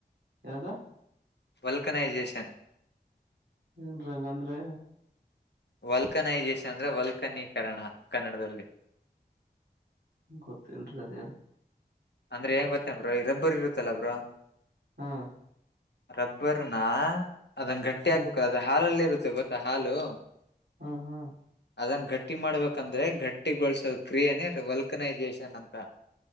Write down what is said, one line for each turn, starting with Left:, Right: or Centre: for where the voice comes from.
Right: ಯಾವ್ದು.
Left: ವೆಲ್ಕನೈಜೇಷನ್.
Right: ಏನ್ರಿ ಹಂಗಂದ್ರೆ.
Left: ವಲ್ಕನೈಜೇಷನ್ ಅಂದ್ರೆ ವಲ್ಕನೀಕರಣ ಕನ್ನಡದಲ್ಲಿ.
Right: ಗೊತ್ತಿಲ್ರಿ ಅದೇನು.
Left: ಅಂದ್ರೆ ಏನ್ ಗೊತ್ತಾ ಬ್ರೋ ಈ ರಬ್ಬರ್ ಇರುತ್ತಲ್ಲಾ ಬ್ರೋ.
Right: ಹಾ.
Left: ರಬ್ಬರ್ನ ಅದನ್ ಗಟ್ಟಿ
Right: ಹಾ
Left: ಆಗ್ಬೇಕ್ರ ಅದ ಹಾಲಲ್ಲಿ ಇರುತ್ತೆ ಗೊತ್ತಾ ಹಾಲು.
Right: ಹಾ ಹಾ.
Left: ಅದನ್ನ ಗಟ್ಟಿ ಮಾಡ್ಬೇಕಂದ್ರೆ ಗಟ್ಟಿಗೊಳ್ಸೊ ಕ್ರಿಯೆನೇ ವಲ್ಕನೈಜೇಷನ್ ಅಂತ.